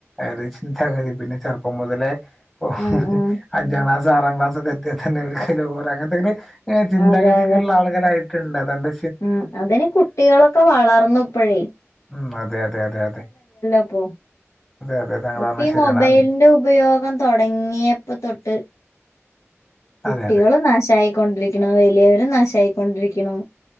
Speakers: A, on the left; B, on the left.
A: ഓരേ ചിന്താഗതി പിന്നെ ചെറുപ്പം മുതലേ പോ
B: ഉം ഉം
A: അഞ്ചാം ക്ലാസ് ആറാം ക്ലാസ് എത്തി തന്നെ ഓര്ക്ക് ലൗവർ അങ്ങനത്തെക്കെ ഒര് ചിന്താഗതിക്കുള്ള
B: അതെ അതെ
A: ആൾകളായിട്ടുണ്ട് അന്തോട്.
B: ഉം അതിന് കുട്ടികളൊക്കെ വളർന്നുപ്പോഴേ
A: ഉം അതെ അതെ അതെ അതെ
B: ഇപ്പൊ
A: അതെ അതെ താങ്കൾ
B: ഇപ്പ
A: പറഞ്ഞത്
B: ഈ
A: ശരിയാണ്
B: മൊബൈലിന്റെ
A: അൻ-
B: ഉപയോഗം തോടങ്ങിയപ്പോ തൊട്ട് കുട്ടികളും
A: അതെ അതെ
B: നാശായിക്കൊണ്ടിരിക്ക്ണ് വലിയവരും നാശായിക്കൊണ്ടിരിക്കുണു.